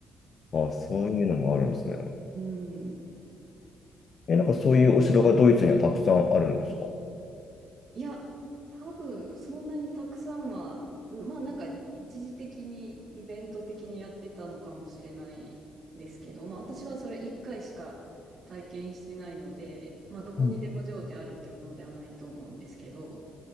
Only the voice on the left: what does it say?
あ、そういうのもあるんですね。
え、なんかそういうお城がドイツにはたくさんあるんですか
うん